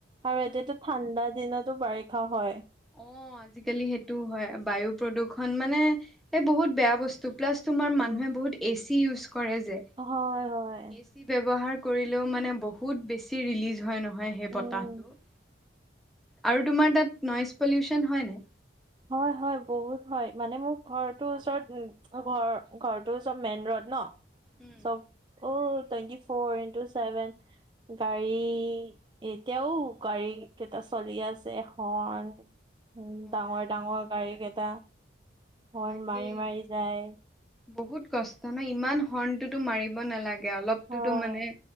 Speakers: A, on the right; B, in the centre.
A: আৰু এতিয়া টো ঠাণ্ডা দিনতো বাৰিষা হয়।
B: অ' আজিকালি সেইটো হয়। বায়ু প্ৰদূষণ মানে এই বহুত বেয়া বস্তু টু প্লাছ তোমাৰ
A: উম
B: মানুহে বহুত এ চি ইউজ কৰে যে।
A: হয় হয়।
B: <unintelligible> বেছি ব্যৱহাৰ কৰিলেও মানে বহুত বেছি ৰিলিজ হয় নহয় সেই
A: উম
B: বতাহটো। আৰু তোমাৰ তাত নইজ পলিউচন হয় নাই?
A: হয় হয় বহুত হয়, মানে মোৰ ঘৰটো ওচৰত ঘৰ, ঘৰটো ওচৰত মেইন ৰড ন
B: উম
A: চব অ' টুৱেণ্টি ফ'ৰ ইনটু চেভেন গাড়ী এতিয়াও গাড়ী কেইটা চলি আছে হৰ্ণ উম!
B: হয়।
A: ডাঙৰ-ডাঙৰ গাড়ী কেইটা। হৰ্ণ
B: তাকে।
A: মাৰি মাৰি যায়
B: বহুত কষ্ট হয় ইমান হৰ্ণটোতো মাৰিব নালাগে অলপ সেইটোতো
A: হয়
B: মানে